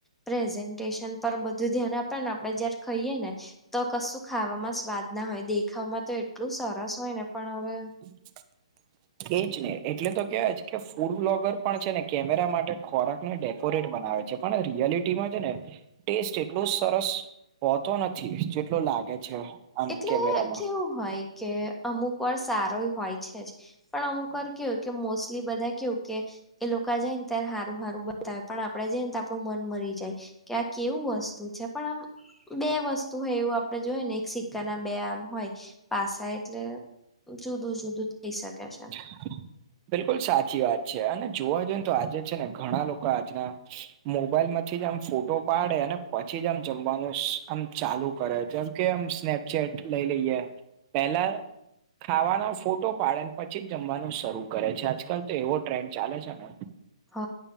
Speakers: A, in the centre; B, on the right.
A: પ્રેઝન્ટેશન પર બધું ધ્યાન આપે ને આપડે જયારે ખાઈએે ને તો કશું ખાવામાં સ્વાદ ના હોય દેખાવામાં તો એટલું સરસ હોય ને પણ હવે
B: <inaudible> એજ ને એટલે તો કેવાય કે ફૂડ બ્લોગર પણ છે ને કેમેરા માટે ખોરાકને ડેકોરેટ બનાવે છે પણ રિયાલિટીમાં છે ને ટેસ્ટ એટલો સરસ હોતો નથી જેટલો લાગે છે. આમ
A: એટલે
B: કેમેરામાં
A: કેવું હોય કે અમુક વાર સારો હોય છે જ પણ અમુક વાર કેવું કે મોસ્ટલી બધા કેવું કે એ લોકો જાય ને ત્યારે હારું હારું બતાવે પણ આપડે જઈએને તો આપણું મન મરી જાય. કે આ કેવું વસ્તુ છે પણ આમ બે વસ્તુ હોય એવું આપડે જોઈય ને એક સિક્કાના બે આમ હોય પાસા એટલે જુદું જુદું થઇ શકે છે.
B: <inaudible> બિલકુલ સાચી વાત છે અને જોવા જઈએ ને તો આજે છે ને ઘણા લોકો આજના મોબાઈલ માંથી જ આમ ફોટો પાડે ને પછી જ આમ જમવાનું આમ ચાલુ કરે જેમ કે આમ સ્નેપચેટ લઈ લઈએ પેલા ખાવાનો ફોટો પાડે પછી જ જમવાનું શરૂ કરે છે આજકાલ તો એવો ટ્રેન્ડ ચાલે છે ને
A: હ